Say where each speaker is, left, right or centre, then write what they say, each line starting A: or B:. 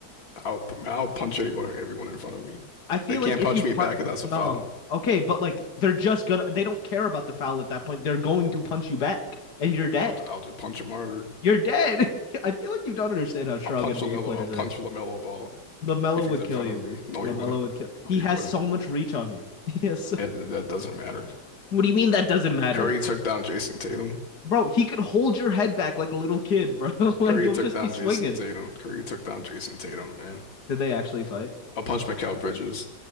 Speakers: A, on the left; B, on the left.
A: I'll p- I'll punch everyone everyone in front of me.
B: I feel
A: They can't
B: like if
A: punch
B: you punt,
A: me back if that's
B: no,
A: a foul.
B: okay, but like they're just gonna. They don't care about the foul at that point. They're going to punch you back, and you're dead.
A: I'll just, I'll just punch him harder.
B: You're dead. <laughs> I feel like you don't understand how strong
A: I'll punch
B: NBA
A: LaMelo.
B: players
A: I'll punch
B: are.
A: LaMelo Ball
B: Lamelo
A: if he's
B: would
A: in
B: kill
A: front
B: you.
A: of me. No,
B: Lamelo
A: you wouldn't.
B: would kill. He
A: No, you
B: has
A: wouldn't.
B: so much reach on you. <laughs> He has so.
A: That, that doesn't matter.
B: What do you mean that doesn't matter?
A: Curry took down Jason Tatum.
B: Bro, he could hold your head back like a little kid, bro, <laughs> and
A: Curry
B: you'll
A: took
B: just
A: down
B: be swinging.
A: Jason Tatum. Curry took down Jason Tatum. Man,
B: Did they actually fight?
A: I'll punch Mikal Bridges.